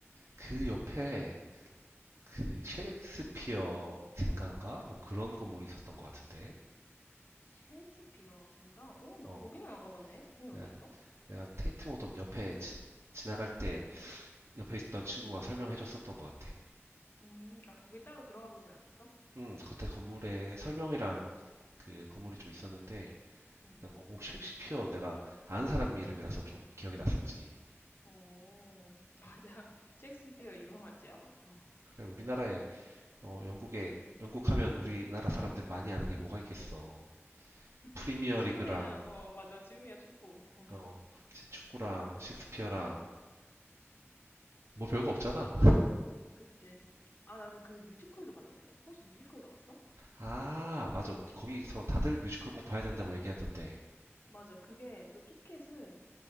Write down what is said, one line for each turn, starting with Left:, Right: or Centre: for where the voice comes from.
Right: 그 옆에 그 셰익스피어 생가인가? 뭐 그런 건물이 있었던 것 같은데,
Left: 셰익스피어 생각? 어, 나
Right: 어,
Left: 거기는 안 가봤네. 거긴
Right: 내가,
Left: 어땠어?
Right: 내가 테이트 모던 옆에 지, 지나갈 때 옆에
Left: 응,
Right: 있던 친구가 설명해 줬었던 것 같아.
Left: 음, 아, 거기 따로 들어가 보진 않았어?
Right: 음, 겉에 건물에 설명이랑 그 건물이 좀 있었는데,
Left: 응.
Right: 오 셰익스피어 내가 아는 사람 이름이라서 좀 기억이 났었지.
Left: 오 <laughs> 맞아. 셰익스피어 유명하지, 아무래도.
Right: 그래 우리나라에 어, 영국에 영국하면 우리나라 사람들 많이 아는 게 뭐가 있겠어. 프리미어
Left: <laughs> 지금에야,
Right: 리그랑
Left: 어, 맞아. 지금에야 축구. 어,
Right: 어
Left: <laughs>
Right: 이제 축구랑 셰익스피어랑 뭐 별거 없잖아.
Left: 그치. 아, 나는 그 뮤지컬도 봤는데. 혹시 뮤지컬도 봤어?
Right: 아 맞아 거기서 다들 뮤지컬 꼭 봐야 된다고 얘기하던데.
Left: 맞아. 그게 또 티켓을